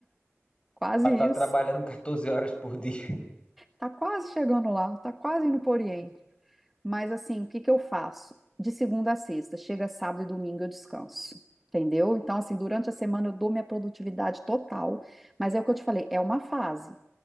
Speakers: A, in the centre; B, on the left.
A: Quase
B: Ela
A: isso.
B: tá trabalhando <laughs> 14 horas por dia.
A: Tá quase chegando lá, tá quase indo pro Oriente. Mas assim, o que que eu faço? De segunda a sexta, chega sábado e domingo eu descanso. Entendeu? Então, assim, durante a semana eu dou minha produtividade total, mas é o que eu te falei, é uma fase,